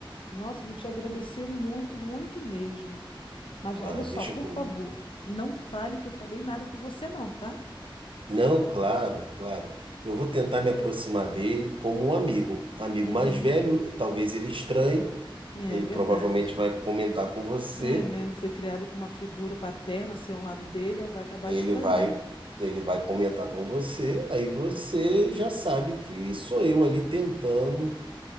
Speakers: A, on the left; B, on the right.
A: Nossa, eu vou te agradecer muito, muito mesmo. Mas olha
B: Ah,
A: só,
B: deixa
A: por
B: comigo.
A: favor, não fale que eu falei nada com você, não, tá?
B: Não, claro, claro. Eu vou tentar me aproximar dele como um amigo. Amigo
A: Uhum.
B: mais velho, talvez ele estranhe,
A: É
B: ele
A: verdade.
B: provavelmente vai comentar com você,
A: É, né, não foi criado com uma figura paterna, assim, ao lado dele, vai acabar
B: ele
A: estranhando.
B: vai, ele vai comentar com você, aí você já sabe que sou eu ali tentando